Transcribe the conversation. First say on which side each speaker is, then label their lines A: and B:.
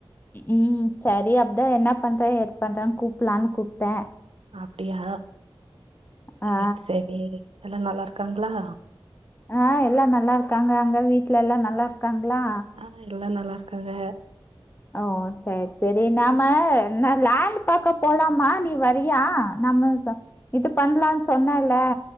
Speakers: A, on the left; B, on the right.
A: உம் சரி அப்தா என்ன பண்ற எது பண்றேன்னு கூப்பலான்னு கூப்டே
B: அப்டியா சரி
A: ஆ
B: சரி எல்லா நல்லா இருக்காங்களா
A: ஆ எல்லாம் நல்லா இருக்காங்க அங்க வீட்டு்ல எல்லா நல்லா இருக் கங்களா
B: ஆ எல்லா நல்லா இருக்காங்க
A: ஓ சரி சரி நம்ம ந லாண்டு பாக்க போலாமா நீ வரியா நம்மஸ் ஆ இது பண்ணலான்னு சொன்னல